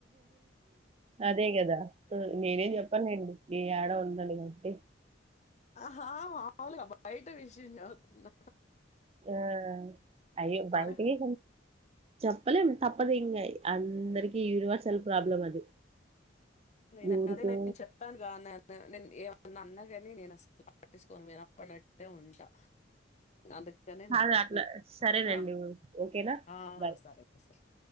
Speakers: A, on the right; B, on the left.
A: అదే కదా నేనేం చెప్పనులేండి యాడ ఉండదు లే అంటే
B: హా మావలే బాయట విషయం చా <unintelligible> తున్న
A: ఆ అయ్యో బయటికి
B: మన
A: చెప్పలేం తప్పదు ఇంగ అందరికి యూనివర్సల్ ప్రాబ్లం అది
B: నేను
A: ఎవరికో
B: అదే నేను చెప్పాను గా <unintelligible> నేను ఏం నన్ను అన్న గాని నేను అసలు పట్టించుకొను వినప్పడనట్టే ఉంటా అందు కనే
A: కాదు
B: నాకు ఎక్కువ
A: అట్లా సరేనండి.
B: ఆ
A: ఓకేనా?
B: ఆ
A: బై.
B: సరే సరే